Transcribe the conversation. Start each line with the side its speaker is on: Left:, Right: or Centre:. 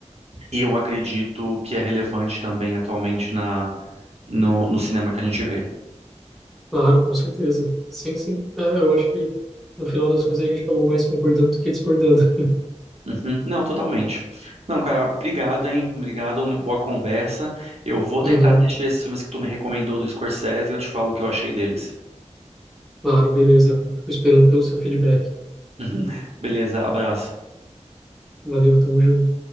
Right: eu acredito que é relevante também atualmente na, no, no cinema que a gente vê.
Centre: Claro, com certeza. Sim, sim. É, eu acho que no final das contas a gente acabou mais concordando do que discordando. <laughs>
Right: Uhum. Não, totalmente. Não, cara, obrigado, hein? Obrigado, uma boa conversa. Eu vou tentar
Centre: Uhum,
Right: assistir esses filmes que tu me recomendou do Scorsese e eu te falo o que eu achei deles.
Centre: claro, beleza. Fico esperando pelo seu feedback.
Right: <laughs> Beleza, abraço.
Centre: Valeu, tamo junto.